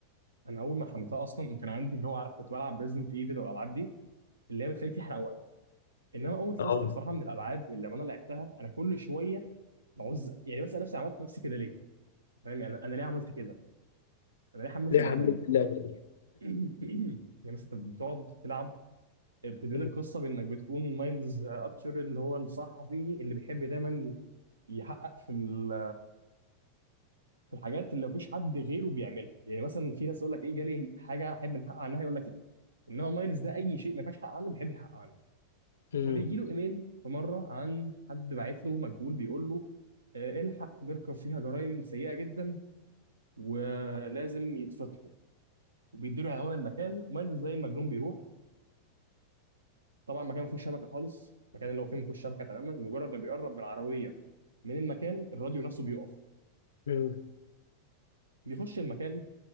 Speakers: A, on the right; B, on the left.
A: انا اول ما حملتها اصلا كان عندي اللي هو عارف كنت بلعب ريزدنت ايفل والالعاب دي اللي هي بتخليك تحرق وقت انما اوت
B: اه
A: لاست بصراحه من الالعاب اللي لما انا لعبتها انا كل شويه بعوز يعني بسال نفسي عملت نفسي كده ليه؟ فاهم يعني انا أنا ليه عملت كده؟ انا ليه حملت
B: ليه
A: اللعبه
B: حملت
A: دي؟
B: اللعبه دي
A: <clears throat> يعني مثلا انت بتقعد تلعب بتبتدي
B: <laughs>
A: القصه بانك بتكون مايلز ابشر اللي هو الصحفي اللي بيحب دايما يحقق في ال- في الحاجات اللي مفيش حد غيره بيعملها يعني مثلا في ناس يقول لك ايه جالي حاجه احب نحقق عنها يقول لك لا انما مايلز ده اي شيء ما ينفعش يحقق عنه بيحب يحقق عنه
B: مم.
A: فبيجي له ايميل في مره عن حد باعت له مجهول بيقول له آه، الحق ميركر فيها جرائم سيئه جدا ولازم يتفتحوا وبيديله عنوان المكان مايلز زي المجنون بيروح طبعا مكان ما فيهوش شبكه خالص المكان اللي هو فيه ما فيهوش شبكه تماما مجرد ما بيقرب بالعربيه من المكان الراديو نفسه بيقف
B: مم.
A: بيخش المكان